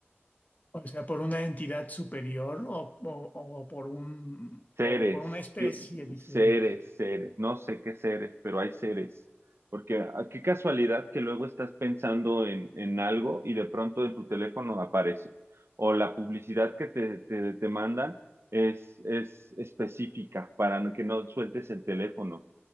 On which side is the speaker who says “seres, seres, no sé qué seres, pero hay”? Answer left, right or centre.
Right